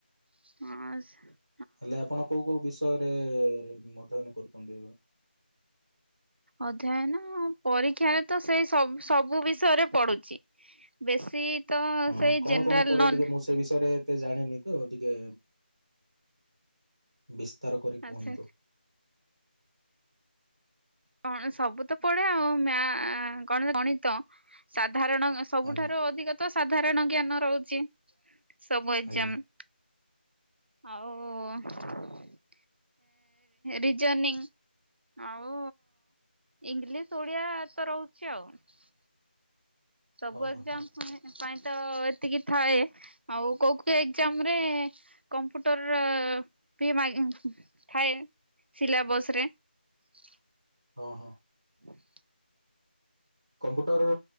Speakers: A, on the right; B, on the right.
A: ହଁ।
B: ହେଲେ ଆପଣ କୋଉ କୋଉ ବିଷୟ ଗ ମଧ୍ୟହନ କରୁଛନ୍ତି ଏବେ।
A: ଅଧ୍ୟୟନ ପରୀକ୍ଷାରେ ତ ସେଇ ସବୁ ସବୁ ବିଷୟରେ ପଢୁଛି। ବେଶୀ ତ
B: ହଁ
A: ସେଇ
B: ହଁ କଣ
A: ଜେନେରାଲ
B: କଣ ପଡେ
A: ନଲେ
B: ଟିକେ ମୁଁ ସେ ବିଷୟରେ ଏତେ ଜାଣିନି ଟିକେ ବି ତାର କରି କୁହନ୍ତୁ।
A: ଆଛା କଣ ସବୁ ତ ପଡେ ଆଉ ମା ଗଣ ଗଣିତ ଶା ଧାରଣ ସବୁଠାରୁ
B: ଆଜ୍ଞା
A: ଅଧିକ ତ ସାଧାରଣ ଜ୍ଞାନ ରହୁଛି। ସବୁ ଏକଜାମ୍
B: ଆଜ୍ଞା
A: । ଆଉ ରିଜନିଂ, ଆଉ ଇଂଲିଶ ଓଡିଆ ତ ରହୁଛି ଆଉ । ସବୁ
B: ହଁ
A: ଏକ୍ଜାମ
B: ହଁ
A: ପାଇଁ ତ ଏତିକି ଥାଏ ଆଉ କୋଉ କୋଉ ଏକ୍ଜାମ ରେ କମ୍ପ୍ୟୁଟର ବି ମା ଥାଏ ସିଲାବସ ରେ ।
B: ହଁ ହଁ।
A: ହୁଁ ।
B: କମ୍ପୁଟର